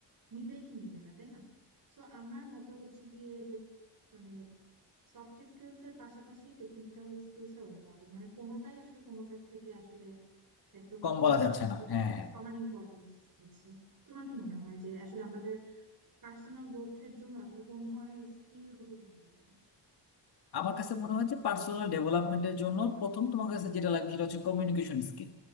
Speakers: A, on the right; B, on the left.
A: নিবে কি নিবে না তাই না সো আমার মতে হচ্ছে গিয়ে যে মানে সফট স্কিলস এর পাশাপাশি টেকনিক্যাল স্কিলসটাও ইম্পর্টেন্ট মানে কোনোটাই আসলে কোনোটার থেকে আসলে একদম
B: কম
A: কম
B: বলা
A: না
B: যাচ্ছে
A: আর কি
B: না
A: দুটোরই
B: হ্যাঁ হ্যাঁ
A: সমান ইম্পর্টেন্স আছে তোমার কি মনে হয় যে আসলে আমাদের পার্সোনাল গ্রোথের জন্য আসলে কোন ধরনের স্কিল গুলো ইম্পর্টেন্ট
B: আমার কাছে মনে হয় যে পার্সোনাল ডেভেলপমেন্টের জন্য প্রথম তোমার কাছে যেটা লাগবে সেটা হচ্ছে কমিউনিকেশন স্কিল